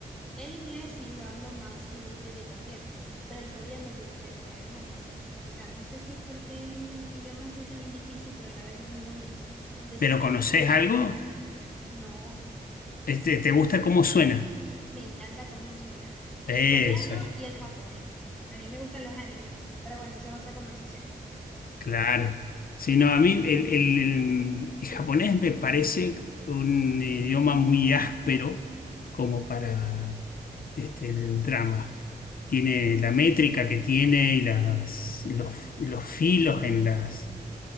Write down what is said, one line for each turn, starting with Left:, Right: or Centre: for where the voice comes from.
Centre: El inglés sí lo hablo más y lo entiendo también, pero el coreano, yo no sé, el coreano me fascina. O sea, no sé si es porque es un idioma así también difícil, pero a la vez es muy bonito. Entonces
Left: ¿Pero
Centre: me
Left: conoces
Centre: encanta,
Left: algo?
Centre: no,
Left: Este, ¿te gusta cómo suena?
Centre: me encanta cómo suena.
Left: Eso.
Centre: El coreano y el japonés. También me gustan los animes, pero bueno, esa es otra conversación.
Left: Claro. Sí, no, a mí el,
Centre: Este,
Left: el- el japonés me parece un idioma muy áspero como para este, el drama. Tiene la métrica que tiene y las, los, los filos en las,